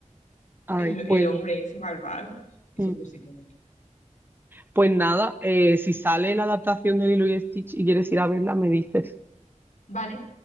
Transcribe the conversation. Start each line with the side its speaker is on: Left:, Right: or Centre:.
Right: Ay,
Left: El, el
Right: pues,
Left: hombre ese malvado es
Right: mm.
Left: súper psicodélico.
Right: Pues nada, eh, si sale la adaptación de Lilo y Stitch y quieres ir a verla, me dices.
Left: Vale,